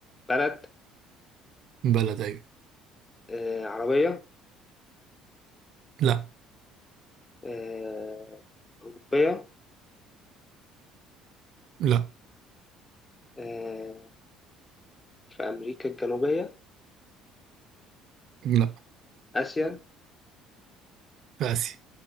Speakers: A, on the left (about 25°); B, on the right (about 50°).
A: بلد
B: بلد ايوه
A: آه عربية
B: لا
A: آه أوروبية
B: لا
A: آه في أمريكا الجنوبية
B: لا
A: آسيا
B: في آسيا